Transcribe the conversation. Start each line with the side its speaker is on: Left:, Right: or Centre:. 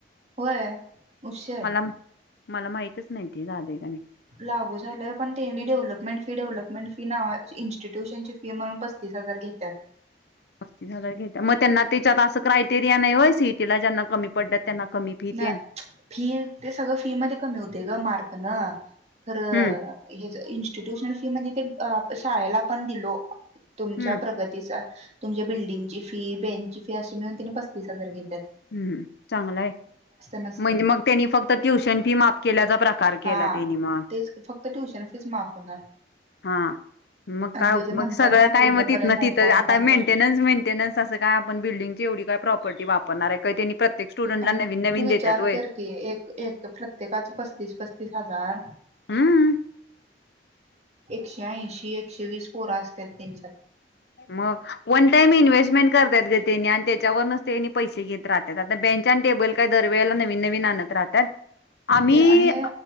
Right: होय उषेर
Left: मला मला माहितच नाही ते झालयं का नाही.
Right: लागू झालंय पण त्यांनी डेव्हलपमेंट फी डेव्हलपमेंट फी नाव इंस्टिट्यूशनची फी म्हणून पस तीस हजार घेत्यात.
Left: पस्तीस हजार घेत मग त्यांना त्याच्यात असं क्रायटेरिया नाही हो सिइटीला ज्यांना कमी पडत त्यांना कमी फी
Right: नाही
Left: ते
Right: फी ते सगळं फी मध्ये कमी होते ग मार्क न खरं
Left: हम्म
Right: हे इन्स्टिट्युशनल फी म्हणजे ते शाळेला पण दिलो. तुमच्या
Left: हम्म
Right: प्रगतीचा तुमच्या बिल्डिंगची फी बेंचची फी अशी मिळून तिने पस्तीस हजार घेतली.
Left: हम्म चांगलाय
Right: नसते
Left: म्हणजे मग त्यांनी फक्त ट्युशन फी माफ केल्याचा प्रकार केला
Right: हा
Left: त्यांनी मग
Right: तेच फक्त ट्युशन फीज माफ होणार.
Left: हा. मग काय
Right: आणि ते जे
Left: मग
Right: म्हणतात
Left: सगळं
Right: ना
Left: काय
Right: पूर्णपणे
Left: म तीतन
Right: मोफत
Left: तिथं आता
Right: मोफत
Left: मेंटेन्स मेंटेन्स असं काय आपण बिल्डिंगची तेवढी काय प्रॉपर्टी वापरणार आहे का त्यांनी प्रत्येक स्टुडंटला
Right: आणि
Left: नवीन नवीन
Right: तू विचार
Left: देतात व्हय
Right: कर की एक एक प्रत्येकाच पस्तीस पस्तीस हजार.
Left: हम्म.
Right: एकशे ऐंशी, एकशे वीस पोरं असतात त्यांच्यात
Left: मग वन टाइम इन्व्हेस्टमेंट करतात ग त्यांनी आणि त्याच्यावरच तनी पैसे घेत राहत्यात. बेंच आणि टेबल काय दरवेळेला नवीन नवीन आणत राहतात. आम्ही
Right: ते आणि